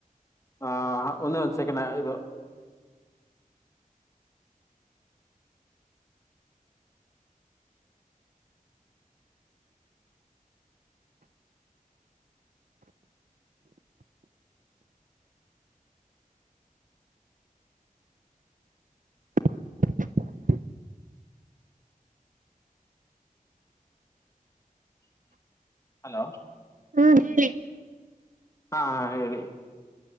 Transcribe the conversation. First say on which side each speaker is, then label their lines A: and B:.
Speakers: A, on the left; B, on the right.
A: ಹಾಹ ಒಂದ ಒಂದ ಸೆಕೆಂಡ್ ಇರು.
B: <inaudible>
A: ಹಲೋ.
B: ಹ್ಮ ಹೇಳಿ.
A: ಹಾ ಹೇಳಿ.